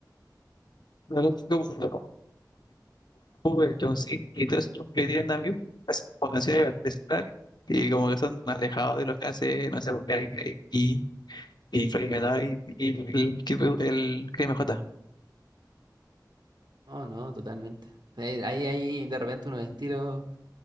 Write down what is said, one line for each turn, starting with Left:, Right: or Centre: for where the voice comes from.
Left: No, no, como- tipo de John Cena y todos esos que tienen amigos, así como canciones de estar y como que son alejados de lo que hace, no sé, Gary Craig y, y Frank Miller y, y el, Cube- el Crime J.
Right: No, no, totalmente. Ahí, ahí hay de repente unos estilos